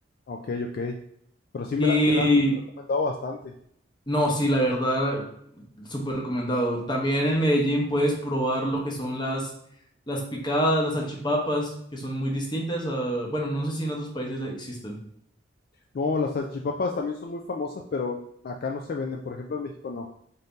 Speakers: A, on the left; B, on the left.
A: Ah, Ok, ok. Pero sí me
B: Y
A: la, me la han recomendado bastante.
B: no, sí, la verdad, súper recomendado. También en Medellín puedes probar lo que son las, las picadas, las salchipapas, que son muy distintas a, bueno, no sé si en otros países existen.
A: No, las salchipapas también son muy famosas, pero acá no se venden. Por ejemplo, en México no.